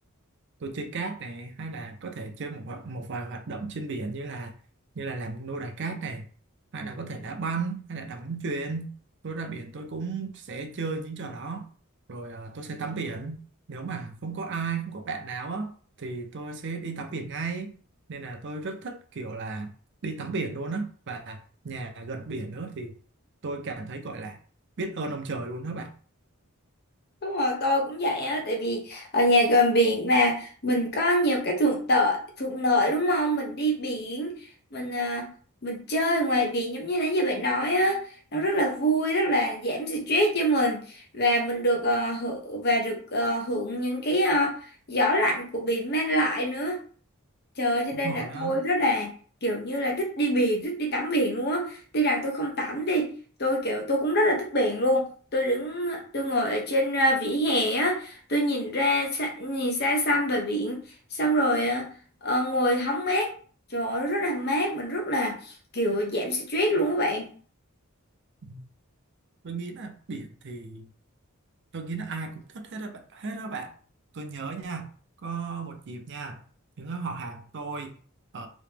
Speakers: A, on the right; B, on the left.
A: tôi chơi cát này hay là có thể chơi một ho- một vài hoạt động trên biển như là như là làm nô đài cát này hay là có thể đá banh hay là đá bóng chuyền tôi ra biển tôi cũng sẽ chơi những trò đó rồi à, tôi sẽ tắm biển nếu mà không có ai không có bạn nào á thì tôi sẽ đi tắm biển ngay nên là tôi rất thích kiểu là đi tắm biển luôn á và nhà gần biển nữa thì tôi cảm thấy gọi là biết ơn ông trời luôn đó bạn
B: Đúng rồi, tôi cũng vậy á, tại vì ở nhà gần biển mà mình có nhiều cái thuận lợi, thuận lợi đúng không? Mình đi biển, mình à, mình chơi ngoài biển giống như nãy giờ bạn nói á, nó rất là vui, rất là giảm stress cho mình và mình được hưởng và được ờ, hưởng những cái ờ, gió lạnh của biển mang lại nữa. Trời ơi, cho
A: đúng
B: nên
A: rồi
B: là
A: á
B: tôi rất là kiểu như là thích đi biển, thích đi tắm biển luôn á. Tuy rằng tôi không tắm đi, tôi kiểu tôi cũng rất là thích biển luôn. Tôi đứng, tôi ngồi ở trên à, vỉa hè á, tôi nhìn ra, xa- nhìn xa xăm về biển, xong rồi à, ờ, ngồi hóng mát. Trời ơi, nó rất là mát, mình rất là kiểu giảm stress luôn các bạn.
A: Ừ. tôi nghĩ là biển thì tôi nghĩ là ai cũng thích hết đó bạn hết đó bạn tôi nhớ nha có một dịp nha những họ hàng tôi ở